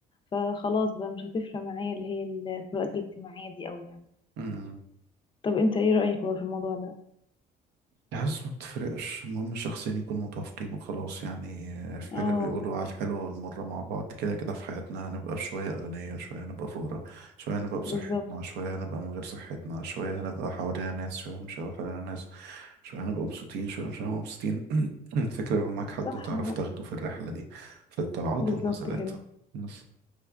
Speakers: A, on the left; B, on the right.
A: فخلاص بقى مش هتفرق معايا اللي هي الفروقات الاجتماعية دي قوي يعني
B: مم.
A: طب أنت إيه رأيك بقى في الموضوع ده؟
B: الحاسس ما بتفرقش المهم شخصين يكونوا متوافقين وخلاص يعني آه، في
A: اه
B: حاجة بيقولوا على الحلوة والمرة مع بعض كده كده في حياتنا هنبقى في شوية أغنياء شوية هنبقى فقراء شوية هنبقى بصحتنا
A: بالظبط
B: شوية هنبقى من غير صحتنا شوية هنبقى حوالينا ناس شوية مش هنبقى حوالينا ناس شوية هنبقى مبسوطين شوية مش هنبقى مبسوطين <clears throat> الفكرة يبقى معاك حد
A: صح
B: تعرف
A: اهو
B: تاخده في الرحلة دي في الطلعات
A: بالظبط
B: والنزلات
A: كده
B: بس